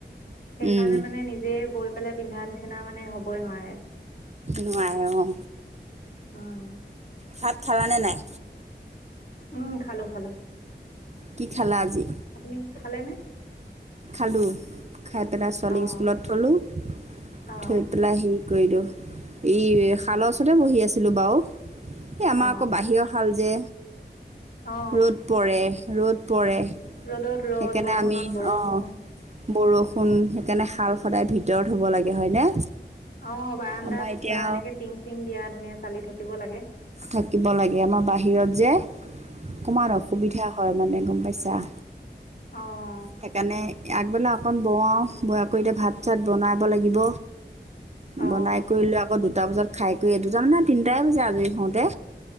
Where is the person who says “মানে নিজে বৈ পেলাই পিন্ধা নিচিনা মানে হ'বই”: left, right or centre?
Left